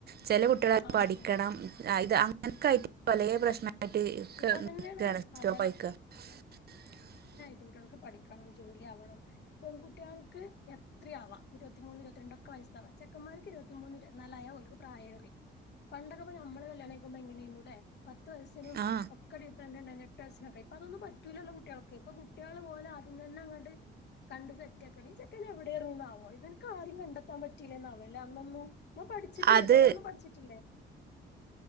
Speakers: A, on the right; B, on the left.
A: ചെല കുട്ട്യാള് ത്
B: ആഹ്
A: പഠിക്കണം അ ഇത് അങ്ങനൊക്കെയായിട്ട് പല പ്രശ്നങ്ങള് ട്ട് ഒക്കെ
B: ഇപ്പ അതന്നെയാണ്
A: നക്കയാണ്റ്റോ
B: പഠനം
A: വായിക്ക <unintelligible>
B: ട്ട്യാൾക്ക് പഠിക്കണം ജോലി ആവണം പെൺകുട്ട്യാൾക്ക് എത്രേം ആവാം ഇരുപത്തിമൂന്ന് ഇരുപത്തിരണ്ട് ഒക്കെ വയസാവാം ചെക്കന്മാർക്ക് ഇരുപത്തിമൂന്ന് ഇരുപത്തിനാലായാൽ ഓർക്ക് പ്രായേറി. പണ്ടക്കൊപ്പഞമ്മള് കല്യാണയ്ക്കുമ്പോ എങ്ങനേന്നൂലെ പത്തു വയസിനും
A: ആ
B: ഒക്കെ ഡിഫറന്റെണ്ണേന്നു എട്ട് വയസിനൊക്കെ ഇപ്പതൊന്നുംപറ്റൂലല്ലോ കുട്ട്യാൾക് കുട്ട്യാള് ഓലാദ്യംതന്നെയങ്ങട് കണ്ട്ു സെറ്റ് ആക്കണ ചെക്കൻ എവിടെയ ഇറന്നോ ഇവനക്ക് ആരും കണ്ടെത്താൻ പറ്റയില്ലന്നാവോ അല്ല അന്നൊന്നും ഇപ്പ പഠിച്ചിട്ടില്ലെ
A: അത്
B: കൊറെയൊന്ന് പഠിച്ചിട്ടില്ലേ?